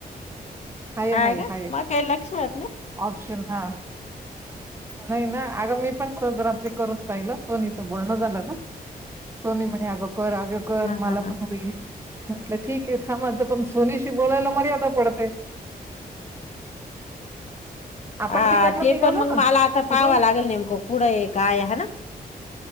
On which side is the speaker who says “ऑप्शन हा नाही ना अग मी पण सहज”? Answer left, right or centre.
Right